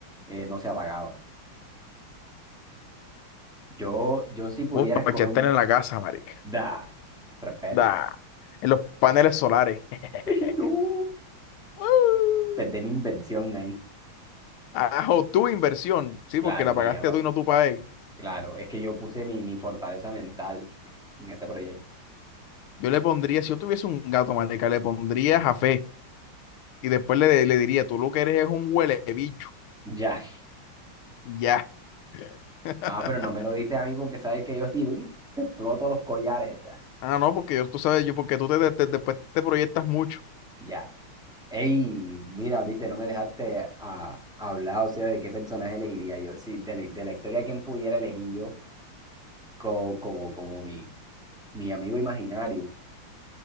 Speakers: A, in the centre; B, on the left.
A: eh, no se apagaba. Yo, yo si pudiera
B: Uf,
A: escoger
B: para echarte en la casa, marica.
A: Da, respeta.
B: Da. En los paneles solares.
A: <laughs>
B: <laughs>
A: No,
B: Uh.
A: perdí mi invención ahí.
B: Ajo, tu inversión. Sí,
A: Claro,
B: porque la
A: mía,
B: pagaste
A: pa-
B: tú y no tú pagué.
A: claro. Es que yo puse mi, mi fortaleza mental en ese proyecto.
B: Yo le pondría, si yo tuviese un gato, marica, le pondría Jafé. Y después le, le diría, tú lo que eres es un huele bicho.
A: Ya.
B: Ya. <laughs>
A: Ah, pero no me lo dices a mí porque sabes que yo sí uy, te exploto los collares. da.
B: Ah, no, porque yo, tú sabes, yo, porque tú te, te- te- después te proyectas mucho.
A: Ya. Ey, mira, viste, no me dejaste a, hablar, o sea, de qué personaje elegiría yo. Sí, de, la- de la historia, ¿quién pudiera elegir yo como, como, como mi, mi amigo imaginario?